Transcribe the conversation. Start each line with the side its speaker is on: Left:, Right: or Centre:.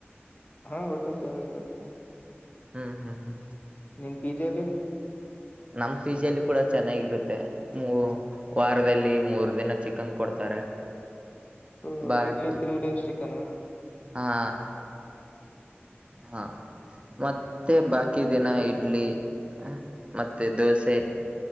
Left: ಹು ಊಟ ಸರಿಯಾಗತ್ತೆ.
Right: ಹ್ಮ್ ಹ್ಮ್ ಹ್ಮ್
Left: ನಿಮ್ ಪಿಜಲ್ಲಿ
Right: ನಮ್ ಫ್ರೀಜ್ ಅಲ್ಲಿ ಕೂಡ ಚೆನ್ನಾಗಿರುತ್ತೆ ಮೂ ವಾರದಲ್ಲಿ ಮೂರ್ ದಿನ ಚಿಕನ್ ಕೊಡ್ತಾರೆ.
Left: ಹು
Right: ಬಾಕಿ
Left: ವೀಕ್ಲಿ ತ್ರೀ ಡೇಸ್ ಸಿಿಕನಾ.
Right: ಹಾ <inaudible> ಹಾ ಮತ್ತೆ ಬಾಕಿ ದಿನ ಇಡ್ಲಿ <unintelligible> ಹಾ ಮತ್ತೆ ದೋಸೆ.